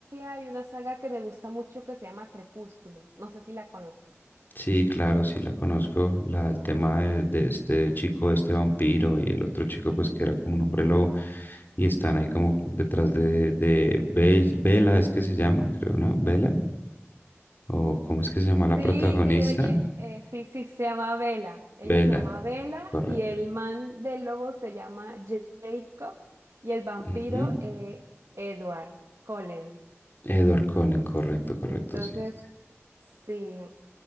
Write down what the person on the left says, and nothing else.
Sí, claro, sí la conozco. La, el tema de, de este chico, este vampiro y el otro chico, pues que era como un hombre lobo y están ahí como detrás de, de Be- Bella, es que se llama, creo, ¿no? Bella, o ¿cómo es que se llama la
protagonista?
Bella,
correcto.
Ujú.
Edward Cullen, correcto, correcto,
sí. sí,